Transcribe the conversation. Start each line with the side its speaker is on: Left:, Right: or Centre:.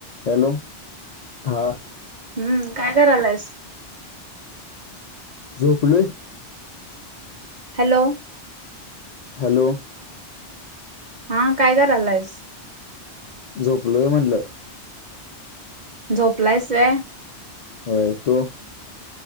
Left: Hello हा
Right: हम्म काय करायलायस
Left: झोपणे
Right: हॅलो
Left: हॅलो
Right: हा काय करलायस
Left: झोपलोय म्हटलं
Right: झोपलायस होय
Left: वोय तु